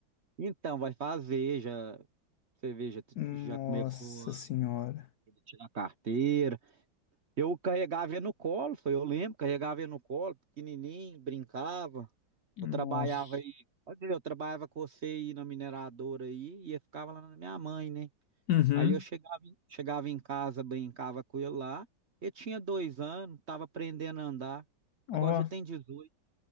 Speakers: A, on the right (about 40°); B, on the left (about 70°).
A: Então, vai fazer, já. Você vê, já,
B: Nossa
A: já começou
B: senhora.
A: a ele tirar a carteira. Eu carregava ele no colo, foi, eu lembro, carregava ele no colo, pequenininho, brincava. Eu
B: Nossa.
A: trabalhava aí, olha, eu trabalhava com você aí na mineradora aí, e eu ficava lá na minha mãe, né?
B: Uhum.
A: Aí eu chegava, em- chegava em casa, brincava com ele lá. Ele tinha dois anos, tava aprendendo a andar.
B: Ó.
A: Agora já tem 18.